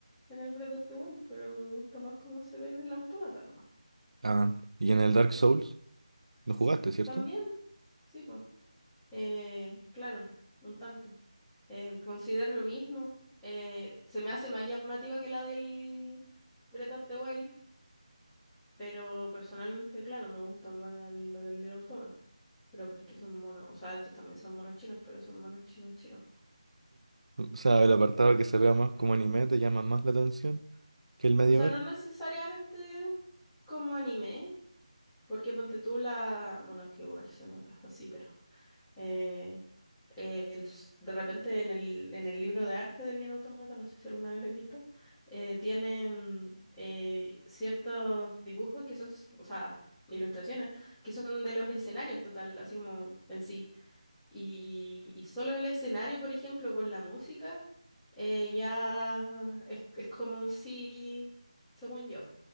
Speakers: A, in the centre; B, on the right.
A: en el Breath of the Wild, pero me gusta más cómo se ve en el Autómata nomás.
B: Ah, y en el Dark Souls lo jugaste, ¿cierto?
A: También, sí, pues, eh, claro, un tanto. Eh, considero lo mismo. Eh, se me hace más llamativa que la del Breath of the Wild Pero personalmente, claro, me gusta más la, la del Nier Automata. Pero porque son monos, o sea, estos también son monos chinos, pero son monos chinos chinos.
B: O sea, el apartado que se vea más como anime te llama más la atención que el medieval.
A: O sea, no necesariamente como anime, porque ponte tú la... Bueno, es que igual se nota así, pero... eh, eh, el s- de repente en el, en el libro de arte del Nier Automata, no sé si alguna vez lo he visto, eh, tienen eh, ciertos dibujos que son, s- o sea, ilustraciones, que son de los escenarios total, así como en sí. Y, y solo el escenario, por ejemplo, con la música, eh, ya es, es como un sí, según yo,